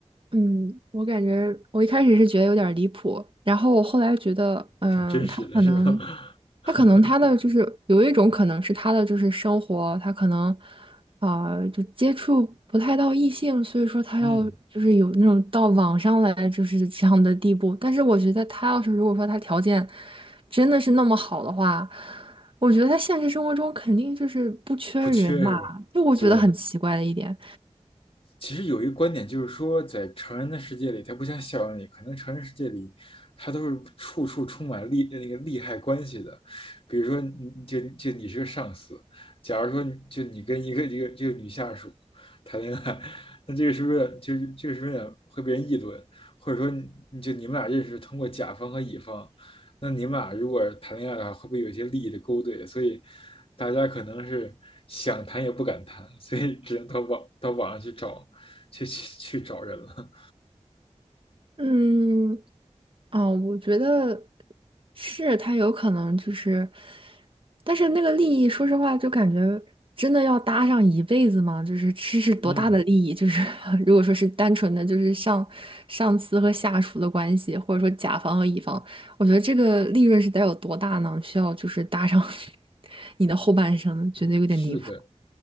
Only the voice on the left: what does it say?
挺真实的，
是吧？<laughs>
嗯，
不缺是吧？
对。其实有一个观点就是说，在成人的世界里，它不像校园里，可能成人世界里，它都是处处充满利那个利害关系的。比如说你，就就你是个上司，假如说就你跟一个一个这个女下属谈恋爱，那这个是不是就这个是不是有会被人议论？或者说你就你们俩认识通过甲方和乙方，那你们俩如果谈恋爱的话，会不会有一些利益的勾兑？所以大家可能是想谈也不敢谈，所以只能到网到网上去找去去去找人了。
嗯，
是的。